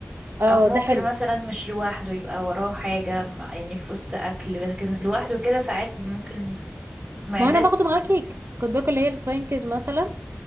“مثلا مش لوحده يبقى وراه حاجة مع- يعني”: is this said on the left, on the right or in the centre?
Right